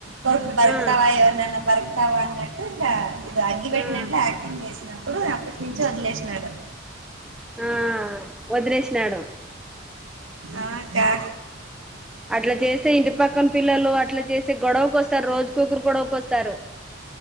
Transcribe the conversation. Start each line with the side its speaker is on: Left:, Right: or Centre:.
Right: కొరకు బరుకుతావా
Centre: ఆ
Right: ఎవరినైనా బరుకుతావా అన్నట్టు ఇంకా ఇది అగ్గి పెెట్టినట్లు
Centre: ఆ
Right: యాక్టింగ్ చేసినా అప్పుడు అప్పటి నుంచి వదిలేసినాడు
Centre: ఆ వదిలేసినాడు
Right: అ అక్కా
Centre: అ అట్లా చేస్తే ఇంటి పక్కన పిల్లలు అట్లా చేస్తే గొడవకి వస్తారు రోజు కి ఒకరు గొడవకిొస్తారు